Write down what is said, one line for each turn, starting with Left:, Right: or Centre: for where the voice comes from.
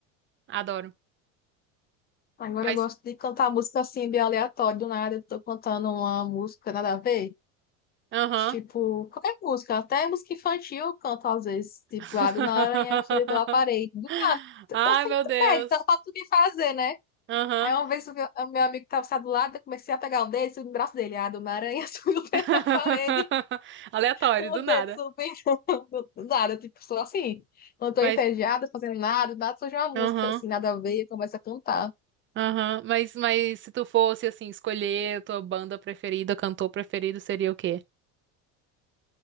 Right: adoro.
Left: Agora
Right: Mas,
Left: eu gosto de cantar música assim, bem aleatória, do nada eu tô cantando uma música nada a ver.
Right: aham.
Left: Tipo, qualquer música, até música infantil eu canto às vezes. Tipo,
Right: <laughs>
Left: lá do aranha subi pela parede. Do nada, eu
Right: Ai,
Left: tô sem
Right: meu
Left: pé,
Right: Deus.
Left: tá pra tudo que fazer, né?
Right: Aham.
Left: Aí uma vez o meu, o meu amigo que tava sentado do lado, eu comecei a pegar o dedo, subi no braço dele. Ah, do aranha <laughs> subiu pela
Right: <laughs>
Left: parede,
Right: Aleatório,
Left: com
Right: do
Left: o dedo
Right: nada.
Left: subindo. Do nada, tipo, sou assim. Não tô
Right: Mas,
Left: entediada, fazendo nada, do nada surge uma música
Right: aham,
Left: assim, nada a ver, começa a cantar.
Right: aham. Mas, mas se tu fosse, assim, escolher a tua banda preferida, cantor preferido, seria o quê?